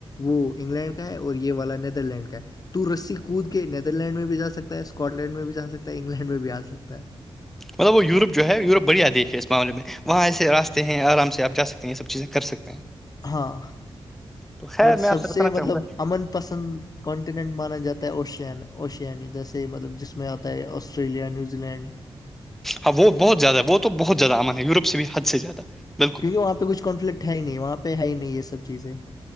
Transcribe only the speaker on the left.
وہ انگلینڈ کا ہے اور یہ والا نیدر لینڈ کا ہے تو رسی کود کے نیدر لینڈ میں بھی جا سکتا ہے اسکاٹ لینڈ میں بھی جا سکتا ہے انگلینڈ میں بھی آ سکتا ہے
ہاں
بٹ
سب
سے مطلب
امن پسند کانٹیننٹ مانا جاتا ہے اوشین اوشیانی جیسے مطلب جس میں آتا ہے آسٹریلیا نیوزی لینڈ
کیونکہ وہاں پہ کچھ کانفلکٹ ہے ہی نہیں وہاں پہ ہے ہی نہیں یہ سب چیزیں